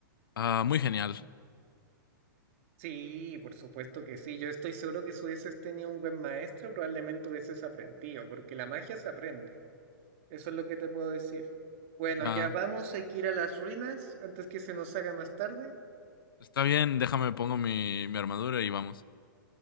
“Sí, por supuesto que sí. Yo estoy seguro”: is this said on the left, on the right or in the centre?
Right